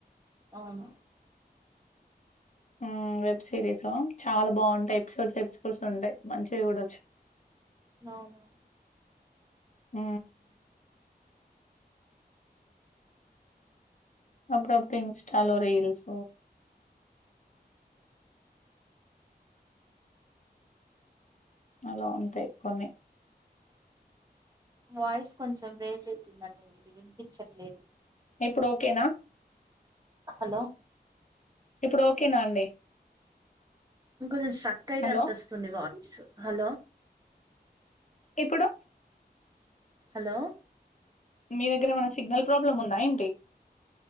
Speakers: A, on the right; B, on the left.
A: అవును
B: ఆ వెబ్ సిరీస చాల బాగుంటాయి ఎపిసోడ్స్ ఎపిసోడ్స్ ఉంటాయి మంచిగ చూడోచ్చు
A: అవున
B: మ్ అప్పు అప్పుడు ఇన్స్టాలో రీల్స్ అలా అంతే కొన్ని
A: వాయిస్ కొంచెం బ్రేక్ అయితుందండి మీది వినిపిచ్చట్లేదు
B: ఇప్పు డోక్కేన
A: హలో
B: ఇప్పుడు ఓకేనా అండి
A: ఇంకొంచెం స్ట్రక్ అయినట్
B: హలో
A: వస్తుంది వాయిస్ హలో
B: ఇప్పుడు
A: హలో
B: మీ దగ్గర ఏమన్న సిగ్నల్ ప్రాబ్లమ్ ఉందా ఏంటి